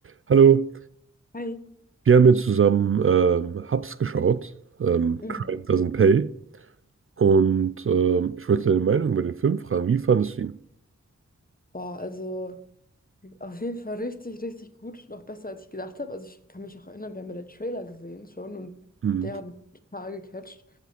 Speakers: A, on the right; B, on the left.
A: Hallo,
B: Hi.
A: wir haben jetzt zusammen ähm, Hubs geschaut, ähm,
B: Mhm.
A: Crime Doesn't Pay. Und ähm, ich wollte deine Meinung über den Film fragen. Wie fandest du ihn?
B: Boah, also auf jeden Fall richtig, richtig gut. Noch besser, als ich gedacht habe. Also ich kann mich auch erinnern, wir haben ja den Trailer gesehen schon und
A: Hm.
B: der hat mich total gecatcht.